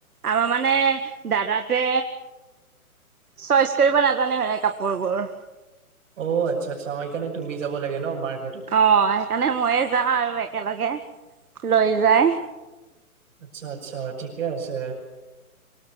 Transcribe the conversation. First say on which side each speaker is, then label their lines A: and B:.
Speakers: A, on the right; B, on the right.
A: আমাৰ মানে দাদাতোৱে চইচ কৰিব নাজানে মানে কাপোৰবোৰ
B: অ' আচ্ছ আচ্ছামাৰ এইকাৰণ তুম যাব লাগে ন আমাৰ
A: অহ সেইকাৰণে ময়ে যাওঁ আৰু একেলগে লৈ যায়।
B: আচ্ছা আচ্ছা ঠিকে আছে।